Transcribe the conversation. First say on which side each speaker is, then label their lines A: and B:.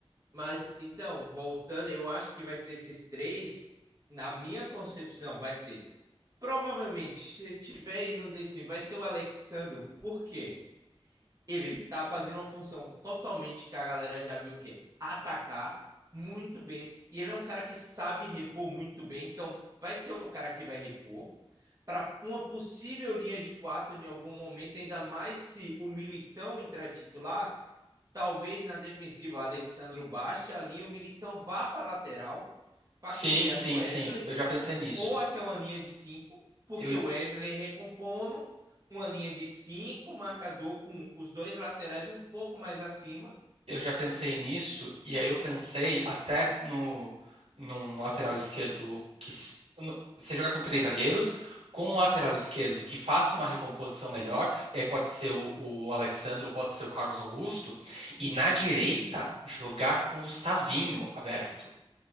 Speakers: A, on the right (about 35°); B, on the right (about 85°).
A: Mas então, voltando, eu acho que vai ser esses três, na minha concepção, vai ser. Provavelmente, se tiver indo nesse time, vai ser o Alexandro, porque ele tá fazendo uma função totalmente que a galera já viu que é atacar muito bem. E ele é um cara que sabe repor muito bem, então vai ser o cara que vai repor para uma possível linha de quatro em algum momento, ainda mais se o Militão entrar titular Talvez na defensiva, o Alexandro baixe a linha, o Militão vá para a lateral para
B: Sim,
A: cobrir a
B: sim,
A: do Wesley
B: sim, eu já pensei nisso.
A: ou até uma linha de cinco porque
B: Eu,
A: o Wesley recompondo uma linha de 5 marcador com os dois laterais um pouco mais acima.
B: eu já pensei nisso, e aí eu pensei até no, num lateral esquerdo que. s- no- Você jogar com três zagueiros, com um lateral esquerdo que faça uma recomposição melhor, e aí pode ser o, o Alexandre ou pode ser o Carlos Augusto,
A: Sim,
B: e na direita jogar com o Savinho aberto.